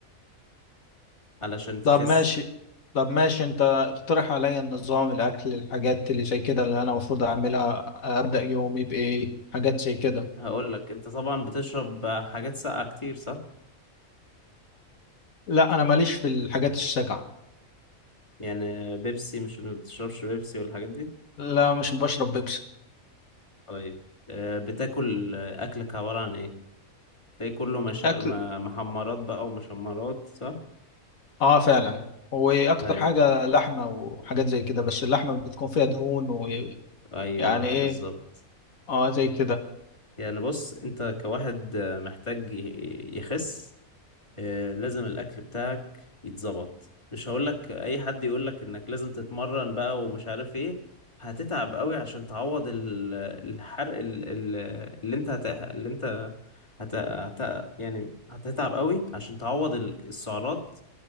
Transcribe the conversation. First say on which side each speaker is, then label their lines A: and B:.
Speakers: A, on the left; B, on the left.
A: علشان تخس
B: طب ماشي طب ماشي انت اقترح عليا النظام الاكل الحاجات اللي زي كده اللي انا المفروض اعملها ابدا يومي بايه حاجات زي كده
A: هقول لك انت طبعا بتشرب حاجات ساقعة كتير صح
B: لا انا ماليش في الحاجات الساقعه
A: يعني بيبسي مش بتشربش بيبسي والحاجات دي
B: لا مش بشرب بيبسي
A: طيب آه، بتاكل آه، اكلك عبارة عن ايه تلاقي كله مش...
B: اكل
A: ما- محمرات بقى ومشمرات صح
B: اه فعلا واكتر
A: ايوه
B: حاجه لحمه وحاجات زي كده بس اللحمه بتكون فيها دهون ويعني
A: ايوه
B: ايه
A: بالظبط
B: اه زي كده
A: يعني بص انت كواحد آه، محتاج ي- يخس آه، لازم الاكل بتاعك يتظبط مش هقولك اي حد يقولك انك لازم تتمرن بقى ومش عارف ايه هتتعب قوي عشان تعوض ال- الحرق ال- ال- اللي انت هت... اللي انت هت... هت... يعني هتتعب قوي عشان تعوض ال- السعرات